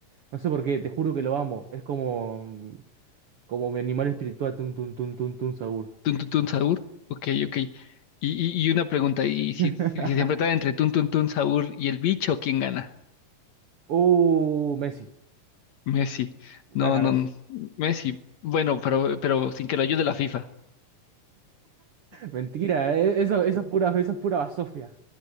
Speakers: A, on the right (about 70°); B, on the left (about 65°).
A: No sé por qué, te juro que lo amo. Es como, como mi animal espiritual, Tun Tun Tun Tun Tun Saur.
B: ¿Tun, tun, tun, saur? Ok, ok. Y, y, y una pregunta, ¿y si,
A: <laughs>
B: si se enfrentan entre tun, tun, tun, saur y el bicho, quién gana?
A: Uh, Messi,
B: Messi.
A: gana
B: No, no,
A: Messi.
B: Messi. Bueno, pero, pero sin que lo ayude la FIFA.
A: Mentira, eh, eso, eso es pura, eso es pura basofia.